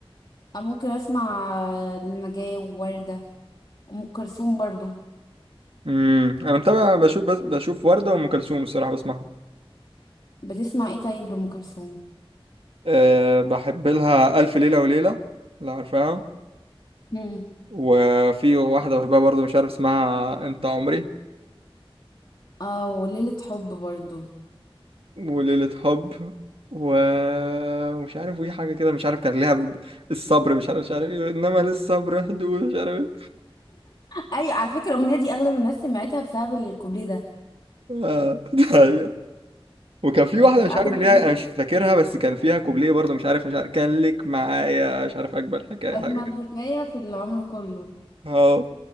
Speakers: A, on the left; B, on the right.
A: أنا ممكن اسمع لنجاة ووردة وام كلثوم برضو
B: امم انا متابع بشوف بس بشوف ورده وام كلثوم الصراحه بسمعها
A: بتسمع ايه طيب لام كلثوم
B: أه بحب لها الف ليله وليله لو عارفاها
A: امم
B: وفي واحدة بحبها برضو مش عارف اسمها انت عمري
A: اه وليلة حب برضو
B: وليلة حب و- ومش عارف وايه حاجة كده مش عارف كان ليها ب- الصبر مش عارف مش عارف ايه انما للصبر حدود مش عارف ايه
A: ايوه على فكره الاغنيه دي اغلب الناس سمعتها بسبب الكوبليه ده
B: آه، <laughs> ده هي. وكان في
A: آه،
B: واحدة
A: كانت
B: مش
A: قاعده
B: عارف
A: بتعيده
B: ليها انا مش فاكرها بس كان فيها كوبليه برضو مش عارف مش عارف كان لك معايا مش عارف اكبر حكاية
A: اجمل
B: حاجة كده
A: حكايه في العمر كله
B: اه